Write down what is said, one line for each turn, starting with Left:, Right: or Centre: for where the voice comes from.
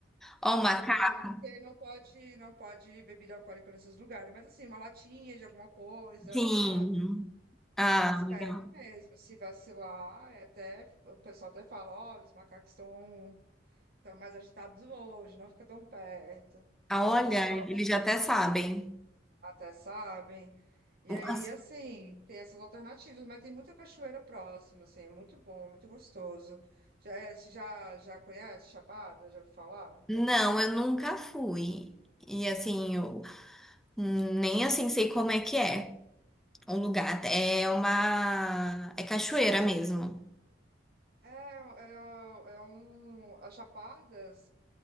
Centre: Ó, o macaco.
Right: Cerveja não, porque não pode, não pode bebida alcoólica nesses lugares. Mas assim, uma latinha de alguma coisa,
Centre: Sim.
Right: sabe?
Centre: Ah,
Right: Eles pegam
Centre: legal.
Right: mesmo. Se vacilar, é até, o pessoal até fala, olha, os macacos estão estão mais agitados hoje, não fica tão perto. Aí
Centre: Ah, Olha,
Right: o pessoal
Centre: eles já até sabem.
Right: até sabem. E aí,
Centre: As-
Right: assim, tem essas alternativas, mas tem muita cachoeira próxima, assim, é muito bom, muito gostoso. Já, já, já conhece Chapada? Já ouviu falar?
Centre: Não, eu nunca fui. E assim, eu nem assim sei como é que é o lugar. É uma. É cachoeira mesmo.
Right: É, é, é um. As Chapadas,